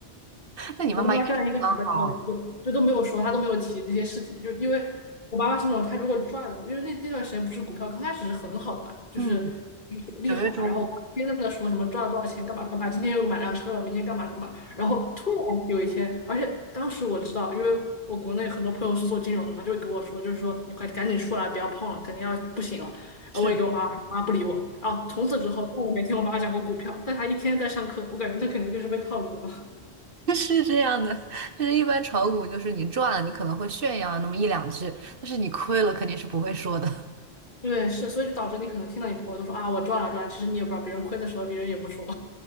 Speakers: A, on the right; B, on the left.
A: 那你妈妈应该是好，
B: 我妈妈现在应该还在考虑，就就都没有说，她都没有提这些事情，就因为我妈妈是那种她如果赚了，因为那那段时间不是股票刚开始是很好的嘛，就是
A: 嗯，
B: 利好嘛，
A: 九月中
B: 然后我爸天天在那说什么赚了多少钱，干嘛干嘛，今天又买辆车了，明天干嘛干嘛，然后突然有一天，而且当时我知道，因为我国内很多朋友是做金融的嘛，就会跟我说，就是说你快赶紧出来，不要碰了，肯定要不行了。然后我也给我妈，
A: 是
B: 我妈不理我，然后从此之后，我也没听我妈讲过股票，但她一天在上课，我感觉她肯定就是被套住了。
A: 的 <laughs> 是这样的，就是一般炒股就是你赚了，你可能会炫耀那么一两句，但是你亏了肯定是不会说的。<laughs>
B: 对，是，所以就导致你可能听到你朋友都说啊，我赚了赚了其实你也不知道，别人亏的时候别人也不说，